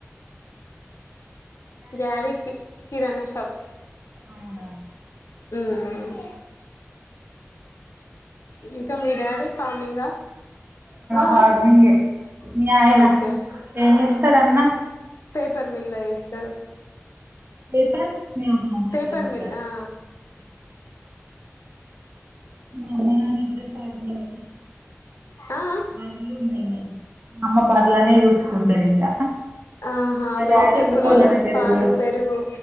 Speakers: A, on the left (about 70°); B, on the right (about 45°).
A: డాడీ కి కిరాణా షాప్
B: అవునా
A: మ్మ్ ఇంకా మీ డాడీ ఫార్మింగా ఆ
B: హార్నిగే మీ ఆయన
A: ఆ ఓకే
B: ఏం జేస్తాడు అన్న
A: పేపర్ మిల్లో ఎస్తారు.
B: హ్మ్
A: పేపర్
B: హు
A: మిల్ ఆ
B: మా అమ్మ నాన్న ఇద్దరు పేపర్ మిల్లే
A: ఆ
B: బర్రెల్ ఉన్నాయ్ మాకు మా అమ్మ బర్లనే జూసుకుంటది ఇంగ
A: ఆహా
B: మాడాడ్
A: బెస్ట్
B: ఎందుకో
A: ఫుల్
B: దాన్ దగ్గరకి
A: పాలు
B: బోయడు
A: పెరుగు